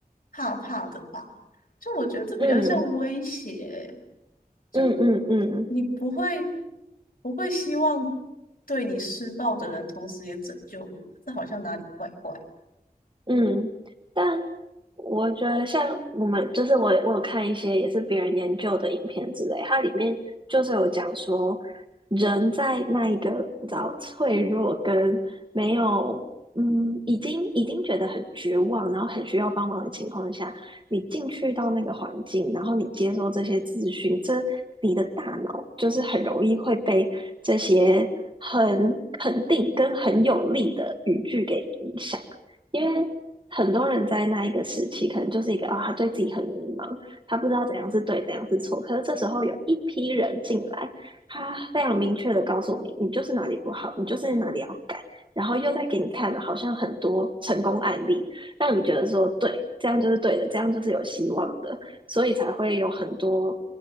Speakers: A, on the left; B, on the right.
A: 怕怕的吧？就我觉得这比较像威胁欸
B: 嗯
A: 就
B: 嗯嗯嗯。
A: 你不会不会希望对你施暴的人同时也拯救你，这好像哪里怪怪的。
B: 嗯，但我觉得像我们，就是我我有看一些也是别人研究的影片之类，它里面就是有讲说，人在那一个比较脆弱跟没有，嗯，已经已经觉得很绝望，然后很需要帮忙的情况下，你进去到那个环境，然后你接收这些资讯，这你的大脑就是很容易会被这些很肯定跟很有力的语句给影响。因为很多人在那一个时期，可能就是一个啊、他对自己很迷茫，他不知道怎样是对，怎样是错。可是这时候有一批人进来，他非常明确的告诉你，你就是哪里不好，你就是哪里要改，然后又在给你看好像很多成功案例，让你觉得说，对，这样就是对的，这样就是有希望的。所以才会有很多